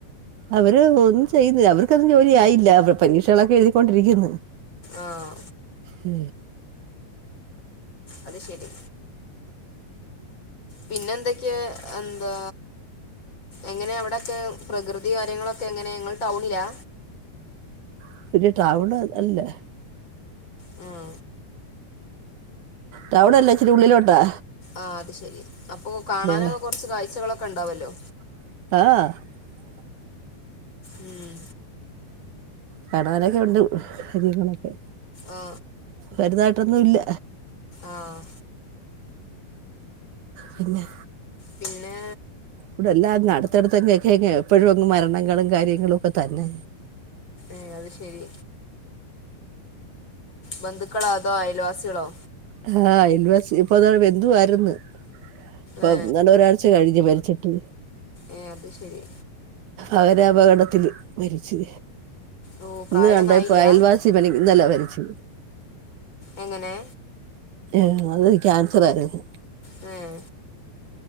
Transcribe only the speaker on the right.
അവര് ഒന്നും ചെയ്യുന്നില്ല. അവർക്ക് അതിന് ജോലി ആയില്ല. അവറ് പരീക്ഷകളൊക്കെ എഴുതികൊണ്ടിരിക്കുന്നു.
ഹ്
<unintelligible> ടൌൺ അല്ലേ
ടൌൺ അല്ല ഇച്ചിരി ഉള്ളിലോട്ടാ.
ഏ
ആഹ് അഹ്
കാണാനൊക്കെ ഉണ്ട് കാര്യങ്ങളൊക്കെ.
വര് തായിട്ടൊന്നും ഇല്ല
പിന്നെ
ഉടെ എല്ലാങ്‌ അടുത്തടുത്ത്ങ്‌ എക്കേങ്‌ എപ്പഴും അങ്ങ് മരണങ്ങളും കാര്യങ്ങളും ഒക്കെ തന്നെ.
ആഹ്. അയൽവാസി ഇപ്പൊത ബന്ധുവാരുന്ന്. പ്പെങ്ങാണ്ട്
ഒരാഴ്ച കഴിഞ്ഞു മരിച്ചിട്ട്.
അവരെ അപകടത്തില് മരിച്ചി.
ഇന്ന് കണ്ട
ഇപ്പൊ അയൽവാസി പനി ഇന്നല വരിച്.
ഉം അത് ക്യാൻസർ ആയിരുന്നു.